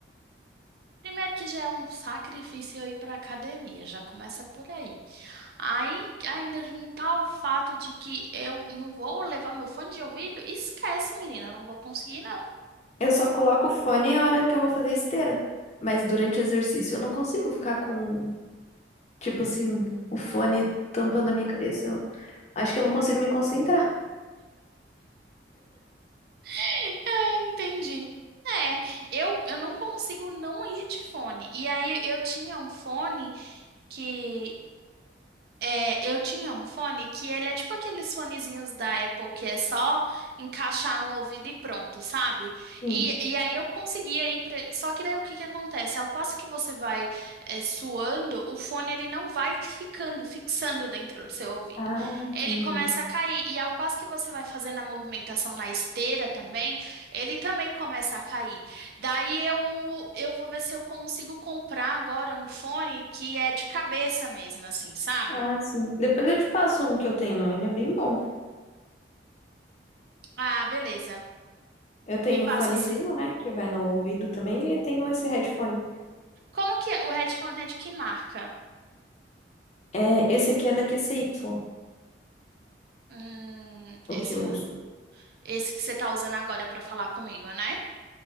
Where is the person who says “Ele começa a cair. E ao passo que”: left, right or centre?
Right